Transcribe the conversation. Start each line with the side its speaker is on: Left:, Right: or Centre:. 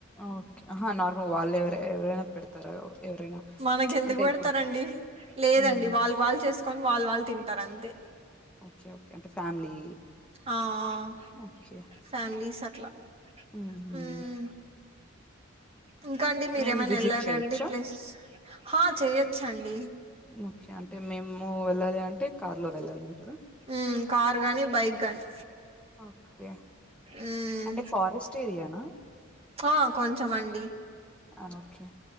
Centre: ఓకే ఆహా నార్మల్ వాళ్ళ ఎవరు ఎవరైనా పెడతారా ఎవరైనా
Right: మనకి ఎందుకు
Centre: అంటే
Right: పెడతారండి
Centre: ఇప్పుడు
Right: లేదండి
Centre: హ్మ్.
Right: వాళ్ళకి వాళ్ళు చేసుకొని వాళ్ళు వాళ్ళు తింటారు అంతే
Centre: ఓకే ఓకే అంటే ఫ్యామిలీ
Right: ఆ ఆ
Centre: ఓకే
Right: ఫ్యామిలీస్ అట్లా
Centre: హుహు.
Right: హమ్ ఇంకా అండి మీరేమైనా
Centre: మేము విజిట్
Right: వెళ్లారండి
Centre: చేయొచ్చా
Right: ప్లేసేస్ హా చెయొచ్చండి.
Centre: ఓకే అంటే మేము వెళ్ళాలి అంటే కార్ లో వెళ్ళాలి అంటారు
Right: హ్మ్మ్ కార్ గాని బైక్ గాని
Centre: ఓకే
Right: మ్మ్
Centre: అంటే ఫారెస్ట్ ఏరియానా
Right: ఆ కొంచెం అండి
Centre: అ ఒకే